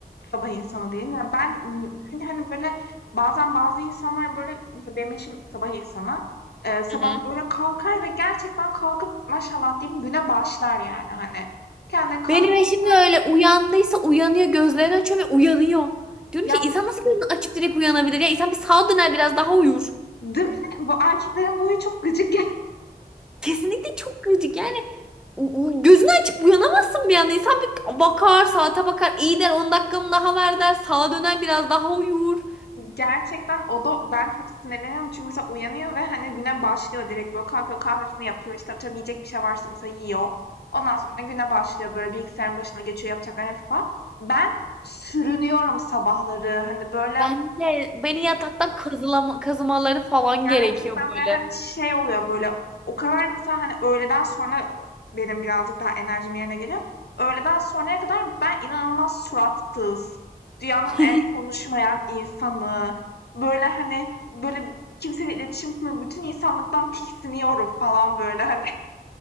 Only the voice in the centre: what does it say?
Hı hı.
Benim
eşim de öyle uyandıysa uyanıyor gözlerini açıyor ve uyanıyor. Diyorum
ki insan nasıl gözünü açıp direkt uyanabilir? Ya insan bir sağa döner biraz daha uyur.
Kesinlikle çok gıcık yani u- u- gözünü açıp uyanamazsın bir anda. İnsan bir bakar saate bakar iyi der 10 dakikamı daha ver der sağa döner biraz daha uyur.
Ben de beni yataktan kazılama, kazımaları falan
gerekiyor böyle.
<laughs>